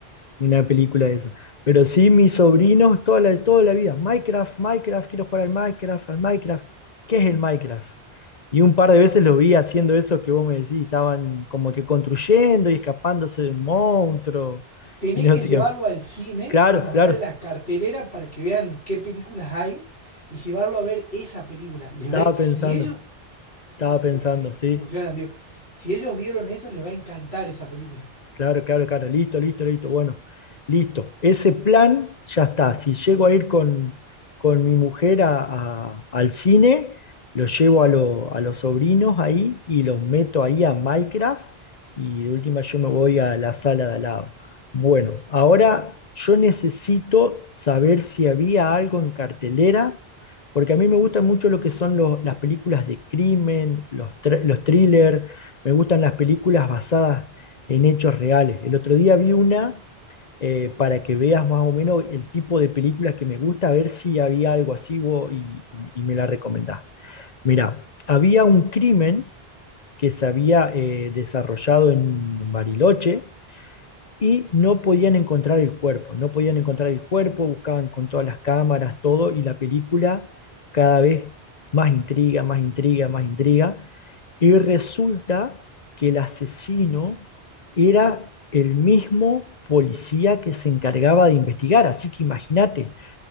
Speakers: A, on the left; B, on the left.
A: una película de esa. Pero sí, mis sobrinos toda la, toda la vida, Minecraft, Minecraft, quiero jugar al Minecraft, al Minecraft, ¿qué es el Minecraft? Y un par de veces los vi haciendo eso que vos me decís, estaban como que construyendo y escapándose de un monstruo
B: Tenés
A: y no
B: que
A: sé
B: llevarlo
A: qué más.
B: al cine
A: Claro,
B: y mostrarle
A: claro,
B: la cartelera para que vean qué películas hay y llevarlo a ver esa película. Les
A: estaba
B: va- si
A: pensando,
B: ellos fun-
A: estaba pensando,
B: eh,
A: sí.
B: funcionan, digo, si ellos vieron eso, les va a encantar esa película.
A: Claro, claro, claro. Listo, listo, listo. Bueno, listo. Ese plan ya está. Si llego a ir con, con mi mujer a- a- al cine, lo llevo a, lo- a los sobrinos ahí y los meto ahí a Minecraft y de última yo me voy a la sala de al lado. Bueno, ahora yo necesito saber si había algo en cartelera, porque a mí me gustan mucho lo que son los- las películas de crimen, los, thr- los thrillers, me gustan las películas basadas en hechos reales. El otro día vi una eh, para que veas más o menos el tipo de películas que me gusta, a ver si había algo así vos, y, y- y me la recomendás. Mirá, había un crimen que se había eh, desarrollado en Bariloche y no podían encontrar el cuerpo, no podían encontrar el cuerpo, buscaban con todas las cámaras, todo, y la película cada vez más intriga, más intriga, más intriga, y resulta que el asesino era el mismo policía que se encargaba de investigar, así que imagínate,